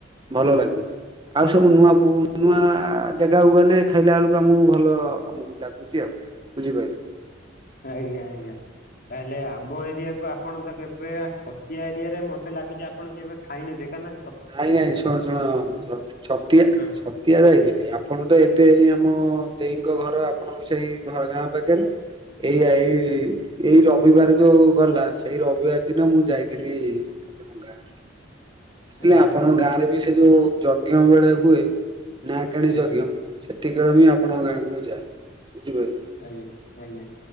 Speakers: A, on the right; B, on the left.
A: ଭଲ ଲାଗୁନି। ଆଉ, ସବୁ ନୂଆ ପୂ ନୂଆ-ଆ। ଆ, ଜେଗାକୁ ଗଲେ ଖାଇଲାଆଳକୁ ଆମକୁ ଭଲ ଆମକୁ ଲାଗୁଛି ଆଉ ବୁଝିପାଇଲେ।
B: ଆଜ୍ଞା ଆଜ୍ଞା, ତାହେଲେ, ଆମ ଏରିଆକୁ ଆପଣ ତ କେବେ! ଛତିଆ ଏରିଆରେ ମତେ ଲାଗିଛି, ଆପଣ କେବେ ଖାଇନଥିଏ? କାଇଁକିନା!
A: ନାଇଁ ନାଇଁ, ଶୁଣ ଶୁଣ ଛତିଆ
B: ହଁ
A: ଛତିଆ ଯାଇଥିଲି। ଆପଣ ତ ଏତେ ଏଇ ଆମ-ଅ-ଅ ଦେଇଙ୍କ ଘର ଆପଣଙ୍କ ସେଇ ଘ ଗାଁ ପାଖରେ, ଏଇ ଏଇ
B: ଆଜ୍ଞା
A: ଏଇ ରବ ବିବାର ଯୋଉ ଗଲା, ସେଇ ରବିବାର ଦିନ ମୁଁ ଯାଇଥିଲି ଆପଣଙ୍କ ଗାଁ। ଆସିଲା,
B: ଆଜ୍ଞା।
A: ଆପଣଙ୍କ! ଗାଁ ରେ ବି ସେ ଯୋଉ ଯଜ୍ଞ ବେଳେ ହୁଏ। ନା କିଣି
B: ଆଜ୍ଞା
A: ଯଜ୍ଞ, ସେତିକିଳେ ବିଁ ଆପଣଙ୍କ ଗାଁକୁ ମୁଁ ଯାଏ। ବୁଝିପାରିଲେ
B: ଆୟାଁ ଆୟାଁ।